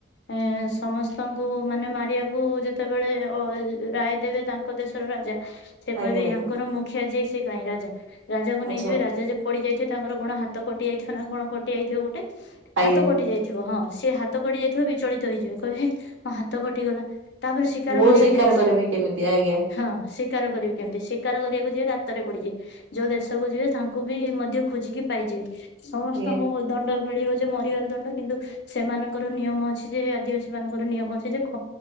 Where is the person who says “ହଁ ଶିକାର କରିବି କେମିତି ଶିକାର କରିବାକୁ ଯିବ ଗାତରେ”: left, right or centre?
Left